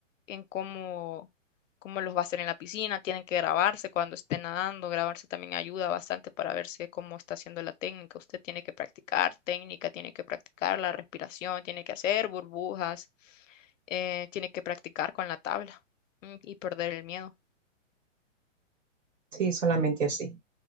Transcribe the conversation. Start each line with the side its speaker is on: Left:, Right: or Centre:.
Left: en cómo, cómo los va a hacer en la piscina. Tienen que grabarse cuando esté nadando. Grabarse también ayuda bastante para verse cómo está haciendo la técnica. Usted tiene que practicar técnica, tiene que practicar la respiración, tiene que hacer burbujas, eh, tiene que practicar con la tabla mm, y perder el miedo.
Right: Sí, solamente así.